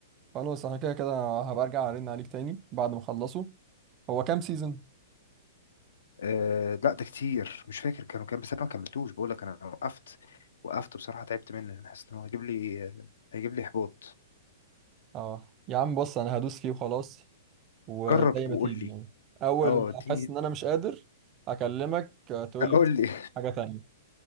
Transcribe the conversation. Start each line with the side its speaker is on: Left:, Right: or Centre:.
Right: خلاص انا كده كده هبقى ارجع ارن عليك تاني بعد ما اخلصه هو كام سيزون
Left: آه لا ده كتير مش فاكر كانوا كام بس انا ما كملتوش بقول لك انا وقفت وقفت بصراحة تعبت منه انا حاسس ان هو هيجيب لي هيجيب لي احباط
Right: اه يا عم بص انا هدوس فيه وخلاص وزي
Left: جرب
Right: ما
Left: وقول
Right: تيجي
Left: لي
Right: يعني اول
Left: اه
Right: ما
Left: اديني
Right: احس ان انا مش قادر اكلمك آه، تقول لي
Left: قول لي
Right: حاجة تانية